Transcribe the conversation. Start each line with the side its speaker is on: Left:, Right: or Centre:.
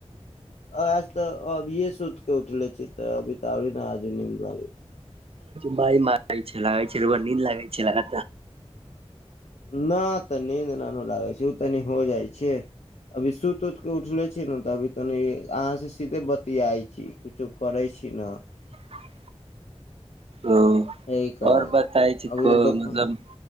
Left: आज ते अभीे सुति के उठले छी ते अभी त अी नयाजू न लगे छै
Right: भाय मारै छै लाग छै र नीन्द लागै छै लग
Left: न तऽ नीन्द नहिन लागै छै ओ तनी हो जाइ छै अभी सुत उत के उठले छी ने तऽ अी तनी अहाँ से सीधे बतियाइ छी कुछो करै छी न
Right: <unintelligible> ओ आ
Left: एहि कारण
Right: ओर बताई छी
Left: अभी
Right: को
Left: तऽ दोकान
Right: मतलब